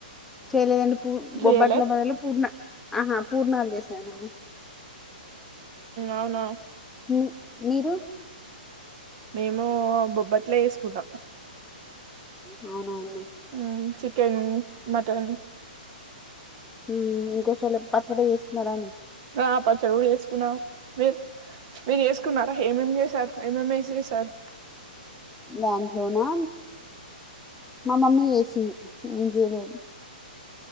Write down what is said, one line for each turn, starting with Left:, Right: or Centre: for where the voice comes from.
Centre: చేయలేదండి పూ బోబ్బట్ల
Right: చేయలే
Centre: బదులు పూర్ణ ఆహా పూర్ణాలు చేసాను
Right: అవునా
Centre: మీ మీరు
Right: మేము బొబ్బట్లే ఏసుకుంటాం
Centre: అవునవువు
Right: ఉ చికెన్ మటన్
Centre: ఉమ్ ఇంకోసరీ పచ్చడి చేసుకున్నారా నే
Right: ఆ పచ్చడి కూడా చేసుకున్నాం మీరు మీరు చేసుకున్నారా ఏమేం చేసారు ఏమేం ఏసి చేశారు
Centre: దాంట్లోనా మా మమ్మీ చేసింది నేను చేయలేదు